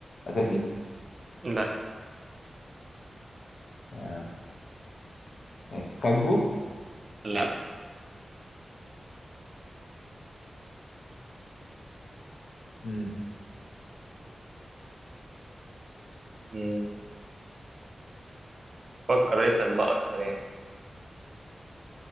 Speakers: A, on the left; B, on the right.
A: اساسي
B: لا
A: آه ماشي كاجبو
B: لا
A: مم،
B: مم. فكر اسأل بقى أكتر يعني